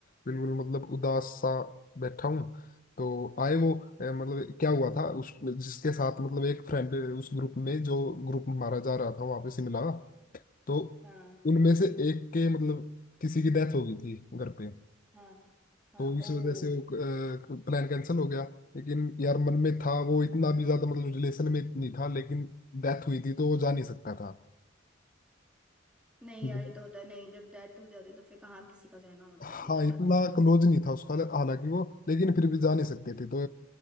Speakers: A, on the left; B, in the centre.
A: बिल्कुल मतलब उदास सा बैठा हूँ तो आए वो अ, मतलब क्या हुआ था उस जिसके साथ मतलब एक फ्रेंड उस ग्रुप में जो ग्रुप हमारा जा रहा था वहां पे शिमला तो
B: हाँ
A: उनमें से एक के मतलब किसी की डेथ हो गई थी घर पे
B: हाँ हाँ
A: तो
B: ओ
A: इस वजह से प्लान कैंसिल हो गया लेकिन यार मन में था वो इतना भी ज्यादा मतलब रिलेशन में नहीं था लेकिन डेथ हुई थी तो वो जा नहीं सकता था
B: नहीं
A: हम्म।
B: यार ये तो होता है नहीं जब डेथ हो जाती है तो फिर कहाँ किसी का जाना होता
A: हाँ
B: है ये तो बात
A: इतना
B: है
A: क्लोज नहीं था उसका हालांकि वो लेकिन फिर भी जा नहीं सकते थे तो